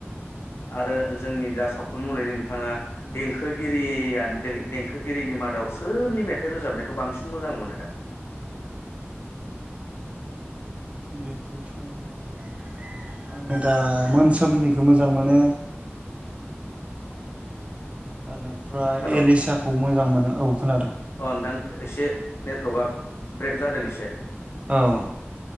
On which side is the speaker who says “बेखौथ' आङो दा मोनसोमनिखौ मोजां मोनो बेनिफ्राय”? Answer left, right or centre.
Right